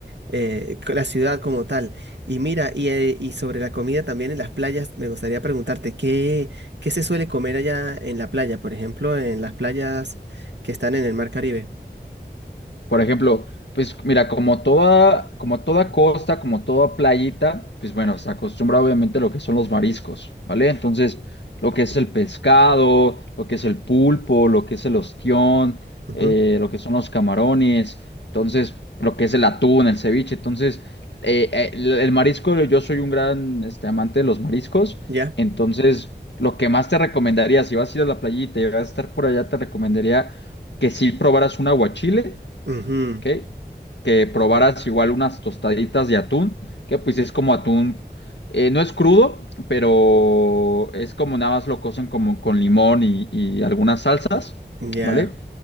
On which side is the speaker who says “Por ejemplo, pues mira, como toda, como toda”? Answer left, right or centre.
Left